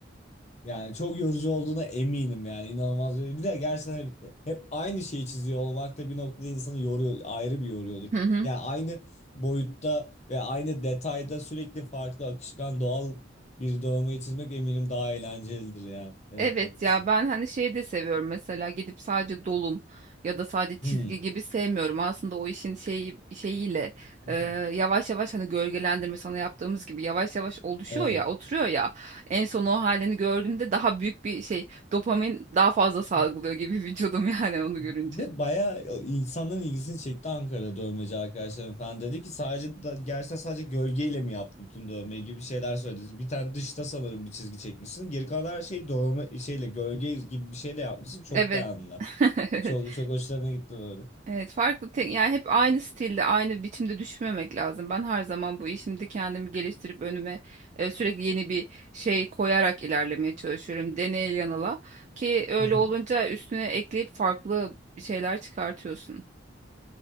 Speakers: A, on the left; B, on the right.
A: Yani çok yorucu olduğuna eminim yani inanılmaz yorucu. Bir de gerçekten hep, hep aynı şeyi çiziyor olmak da bir noktada insanı yoruyor, ayrı bir yoruyordur.
B: Hı hı.
A: Yani aynı boyutta ve aynı detayda sürekli farklı akışkan doğal bir dövmeyi çizmek eminim daha eğlencelidir yani. Evet
B: Evet
A: haklısın.
B: ya ben hani şeyi de seviyorum mesela gidip sadece dolum ya da sadece çizgi
A: Hmm.
B: gibi sevmiyorum. Aslında o işin şeyi şeyiyle
A: <laughs>
B: e, yavaş yavaş hani gölgelendirme sana yaptığımız gibi yavaş yavaş oluşuyor
A: Evet.
B: ya oturuyor ya en son o halini gördüğümde daha büyük bir şey dopamin daha fazla salgılıyor
A: <laughs>
B: gibi <laughs> vücudum yani onu görünce.
A: Bir de bayağı e, insanların ilgisini çekti Ankara'da dövmeci arkadaşlarım falan. Dedi ki sadece da- gerçekten sadece gölgeyle mi yaptı bütün dövmeyi gibi şeyler söyledi. Bir tane dışta sanırım bir çizgi çekmişsin. Geri kalan her şeyi dövme şeyle gölge gibi bir şeyle yapmışsın. Çok
B: Evet.
A: beğendiler.
B: <laughs>
A: Çok çok hoşlarına gitti böyle.
B: Evet farklı tek yani hep aynı stilde aynı biçimde düşünmemek lazım. Ben her zaman bu işimde kendimi geliştirip önüme e, sürekli yeni bir şey koyarak ilerlemeye çalışıyorum. Deneye yanıla ki öyle
A: <laughs>
B: olunca üstüne ekleyip farklı şeyler çıkartıyorsun.